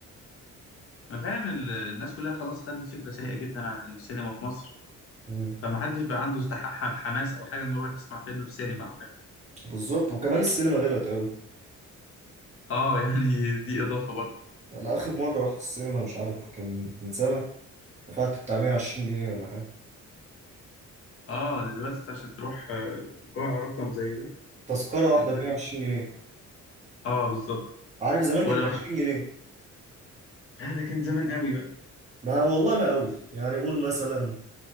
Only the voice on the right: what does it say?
مم.
بالظبط وكمان السينما غلت قوي
انا اخر مره رحت السينما مش عارف كان من سنه دفعت بتاع 120 جنيه ولا حاجه
تذكره واحده
ب 120 جنيه
عارف زمان
كانت ب 20
جنيه
ما والله ما قوي يعني قول مثلا